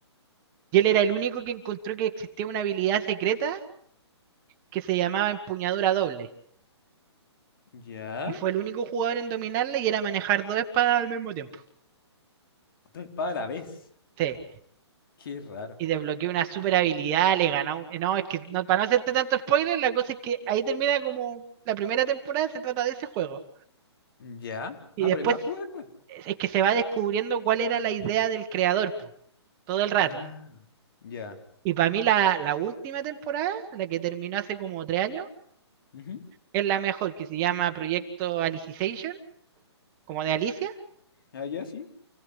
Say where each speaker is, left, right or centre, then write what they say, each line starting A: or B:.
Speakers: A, on the right; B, on the left.
A: Y él era el único que encontró que existía una habilidad secreta que se llamaba empuñadura doble.
B: Ya.
A: Y fue el único jugador en dominarla y era manejar dos espadas al mismo tiempo.
B: Dos espadas a la vez.
A: Sí.
B: Qué raro.
A: Y desbloqueó una super habilidad, le ganó. eh, No, es que no, para no hacerte tanto spoiler, la cosa es que ahí termina como la primera temporada, se trata de ese juego.
B: Ya.
A: Y
B: Ah,
A: después
B: pero hay más juegos después.
A: es que se va descubriendo cuál era la idea del creador, po, todo el rato.
B: Ah, ya.
A: Y para mí la, la última temporada, la que terminó hace como tres años,
B: Ujú.
A: es la mejor, que se llama Proyecto Alicization, como de Alicia,
B: Ah, ya, sí.